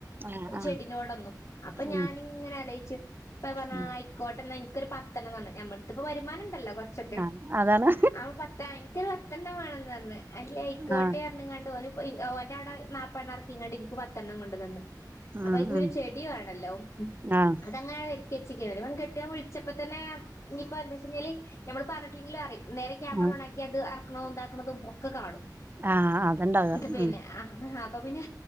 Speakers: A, on the right; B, on the left.
A: ആഹ് ആഹ്
B: ചെടിനോടെന്നും അപ്പ
A: ഉം
B: ഞാനിങ്ങനെ ആലോയ്ച്ച് അപ്പ പർഞ്ഞ്
A: ഉം
B: ആ കോട്ടെന്നാ ഇൻക്കൊരു പത്തെണ്ണംന്ന് പർഞ്ഞ് നമ്മളെട്തിപ്പോ വരുമാന ല്ല കൊർച്ചൊക്കെ
A: ആഹ് അതാണ്
B: അവ പത്താ- <inaudible> പ്പം ന്നെ വേണം ന്ന് അർഞ്ഞ് അയില് ആയിക്കോട്ടെ
A: ആഹ്
B: ന്ന് അർഞ്ഞ് കാണ്ട് ഓന് പ്പം ഇ ഓന്റെ ആടെ നാപ്പെണ്ണംർക്കി ങ്ങാണ്ട് ഇൻക്ക് പത്തെ എണ്ണം കൊണ്ട് തന്ന് അപ്പൊ
A: ഉം
B: അയ്ക്ക്
A: ഉം
B: <unintelligible> ചെടി വേണല്ലോ
A: ആഹ്
B: അതങ്ങനെയ വ <unintelligible> <unintelligible> വിളിച്ചപ്പോ തന്നെ ഇനിപ്പോ എന്താച്ചെഴിഞ്ഞാല് നമ്മൾ പറ <unintelligible> അറിയും നേരെ ക്യാമറ
A: ഉം
B: ഓണാക്കി അത് അ <unintelligible> ണതും ഒക്കെ കാണും
A: ആഹ് അത്ണ്ടാക
B: ന്നട്ട് പിന്നെ
A: ഉം
B: ആ അപ്പം പിന്നെ